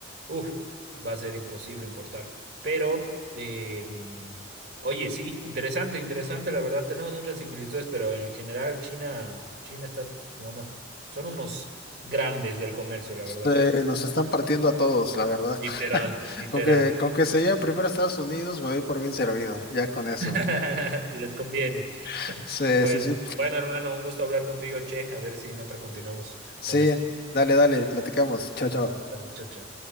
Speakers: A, on the right; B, on the left.
A: uff, va a ser imposible importar. Pero, eh, mm, oye, sí, interesante, interesante, la verdad, tenemos muchas similitudes, pero en general China, China está, bueno, son unos grandes del comercio, la
B: Se-
A: verdad.
B: nos están partiendo a todos, la verdad.
A: Literal,
B: <laughs>
A: literal.
B: Con que, con que se lleven primero a Estados Unidos, me voy por bien servido, ya con eso.
A: <laughs> Les conviene.
B: <laughs>
A: <laughs>
B: Sí,
A: Bueno,
B: sí, sí.
A: bueno, hermano, un gusto hablar contigo, che. A ver si en otra continuamos
B: Sí,
A: con esto.
B: dale, dale, platicamos. Chao, chao.
A: Dale, chao, chao.